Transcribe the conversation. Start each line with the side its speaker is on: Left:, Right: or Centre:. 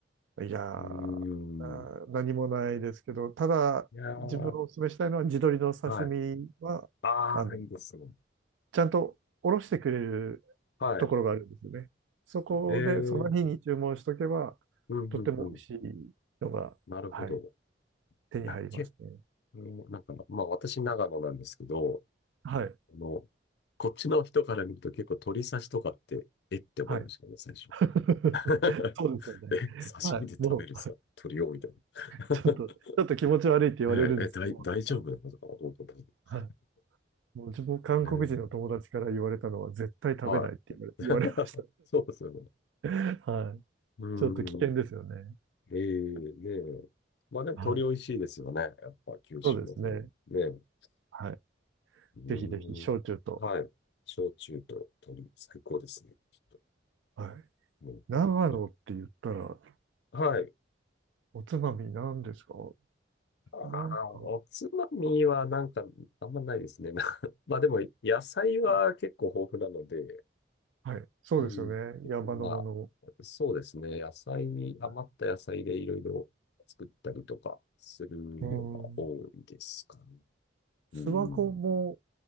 Right: えいやー、あ
Left: うーん。
Right: ー何もないですけど、ただ自分をお勧めしたいのは地鶏の刺身は、
Left: いやー、はい。ああ、
Right: あの、
Left: いいですね。
Right: ちゃんとおろしてくれる
Left: はい。
Right: ところがあるんですよね。そこでその日に注文しとけば、
Left: ええうん、
Right: とっても美味しいのが、
Left: うん、うん。なるほど。
Right: はい、手に入りますね。
Left: いや、結構、なんか、まあ、私、長野なんですけど、
Right: はい。
Left: あの、こっちの人から見ると結構鳥刺しとかって、えって思いましたね、
Right: はい。
Left: 最初。
Right: <laughs>
Left: <laughs>
Right: そうですよね。
Left: え、刺身で食べるさ、
Right: はい。もう、はい。
Left: 鳥をみたいな。
Right: ちょっと、
Left: <laughs>
Right: ちょっと気持ち悪いって言われるんですけど、
Left: ねえ、え、大、大丈夫なことかなと思ったんです
Right: はい。はい。もう自分、韓国人の友達から言われたのは、
Left: けどね。
Right: 絶対食べないって言われ、
Left: はい。
Right: <laughs> 言われまし
Left: <laughs> そうですよね。
Right: た。<laughs> はい。
Left: う
Right: ちょっと危険ですよね。
Left: ん。ええねえ。まあでも鳥美味しいですよね。
Right: はい。
Left: やっぱ九州の方。
Right: そうですね。
Left: ねえ。う
Right: はい。
Left: ん。
Right: ぜひぜひ、焼酎と。
Left: はい。焼酎と鳥、最高ですね。きっと。
Right: はい。
Left: もうい
Right: 長野って言ったら、
Left: はい。
Right: おつまみ何ですか
Left: ああ、
Right: なんか、
Left: おつまみはなんかあんまないですね。な <laughs> まあでも野菜は結構豊富なので、
Right: はい。はい。そうですよね。
Left: うん。結構まあ、
Right: 山のものを。
Left: そうですね。野菜に、余った野菜でいろいろ作ったりとかするのが多いですかね。
Right: はいうん。
Left: うん。
Right: 諏訪湖も、